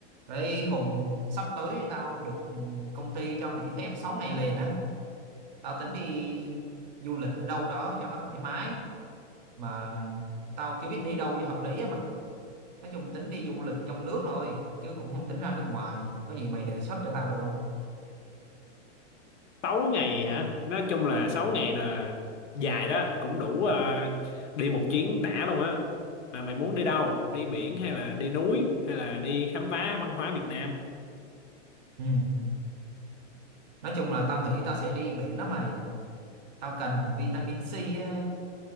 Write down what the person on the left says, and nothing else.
sáu ngày hả? Nói chung là 6 ngày là dài đó, cũng đủ ờ, đi một chuyến đã luôn á. Mà mày muốn đi đâu? Đi biển hay là đi núi hay là đi khám phá văn hóa Việt Nam?